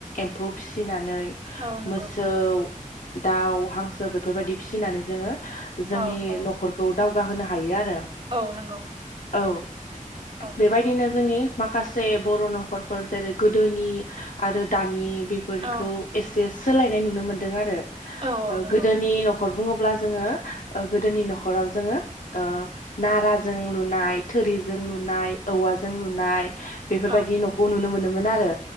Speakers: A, on the left; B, on the right.
A: एम्फौ फिसिनानै
B: औ नंगौ
A: मोसौ दाउ हांसो बेफोरबायदि फिसिनानै जोङो जोंनि
B: औ औ
A: न'खरखौ दाव होनो हायो आरो
B: औ नंगौ
A: <inaudible> औ।
B: औ
A: बेबायदिनो जोंनि माखासे बर' न'खरफोर जेरै गोदोनि आरो दानि बेफोरखौ
B: औ
A: एसेस सोलायनाय नुनो मोनदों आरो
B: औ नंगौ
A: गोदोनि न न'खर बुङोब्ला जोङो गोदोनि न'खराव जोङो नाराजों लुनाय थोरिजों लुनाय औवाजों लुनाय बेफोरबायदि
B: औ
A: न'खौ नुनो मोनो मोन आरो